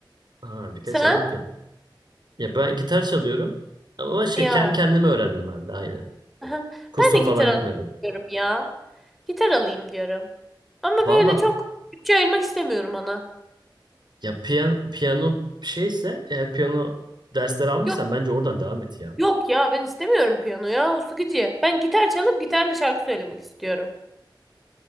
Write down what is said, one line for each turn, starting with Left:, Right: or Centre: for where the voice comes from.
Right: Aa, birkaç
Centre: Sen?
Right: ay gittim. Ya ben gitar çalıyorum. Ama şey
Centre: Ya.
Right: kendi kendime öğrendim ben de aynen.
Centre: aha.
Right: Kursa
Centre: Ben de gitar
Right: falan gitmedim.
Centre: alıyorum ya. Gitar alayım diyorum. Ama
Right: Valla
Centre: böyle çok bütçe ayırmak istemiyorum ona.
Right: ya piyano, piyano şeyse eğer piyano dersleri almışsan
Centre: Yok
Right: bence oradan devam et ya.
Centre: yok ya ben istemiyorum piyano ya o sıkıcı. Ben gitar çalıp gitarla şarkı söylemek istiyorum.